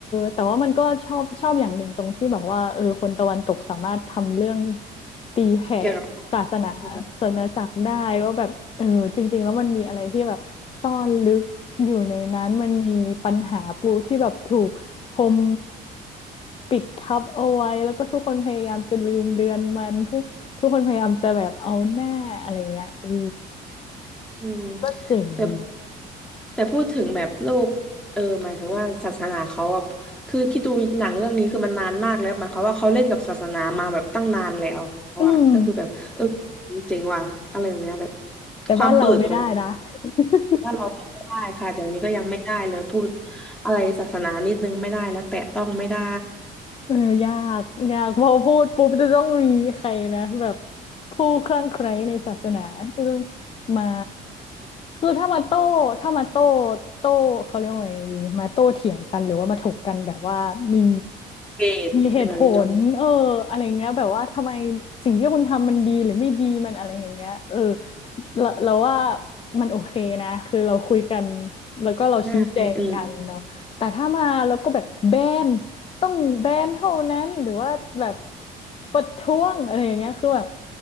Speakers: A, on the left; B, in the centre.
A: แต่ว่ามันก็ชอบชอบอย่างหนึ่งตรงที่แบบว่าเออคนตะวันตกสามารถทำเรื่องตีแผ่
B: เกี่ยวกับ
A: ศาสนา
B: <laughs> นะคะ
A: ศาสนาจักรได้ว่าแบบเออจริงๆแล้วมันมีอะไรที่แบบซ่อนลึกอยู่ในนั้นมันมีปัญหาปูที่แบบถูกพรมปิดทับเอาไว้แล้วก็ทุกคนพยายามจะลืมเลือนมันเพื่อ ทุกคนพยายามจะแบบเอาหน้าอะไรเงี้ยเออ
B: อืม
A: ก็เจ๋งดี
B: แต่แต่พูดถึงแบบโลกเออหมายถึงว่าศาสนาเขาอะคือคิดดูหนังเรื่องนี้คือมันนานมากแล้วหมายความว่าเขาเล่นกับศาสนามาแบบตั้งนานแล้วอะก็คือแบบเออ
A: อืม
B: เจ๋งว่ะอะไรแบบเนี้ยแบบ
A: แต่บ้านเราไม่ได้นะ
B: ความเปิดของ
A: <laughs>
B: ว่านเราไม่ได้ค่ะเดี๋ยวนี้ก็ยังไม่ได้เลยพูดอะไรศาสนานิดนึงไม่ได้แล้วแตะต้องไม่ได้
A: เออยากยากพอพูดปุ๊บจะต้องมีใครนะแบบผู้คลั่งไคล้ในศาสนาจะต้องมาคือถ้ามาโต้ถ้ามาโต้โต้เขาเรียกว่าไงดีมาโต้เถียงกันหรือว่ามาถกกันแบบว่ามี
B: เกลียดแบบนี้เนาะ
A: มีเหตุผลเอออะไรเงี้ยแบบว่าทำไมสิ่งที่คุณทำมันดีหรือไม่ดีมันอะไรอย่างเงี้ยเออเราเราว่ามันโอเคนะคือเราคุยกันแล้วก็เราชี้แจงกันเนาะแต่ถ้ามาแล้วก็แบบแบน
B: ใช่อืม
A: ต้องแบนเท่านั้นหรือว่าแบบประท้วงอะไรอย่างเงี้ยคือแบบ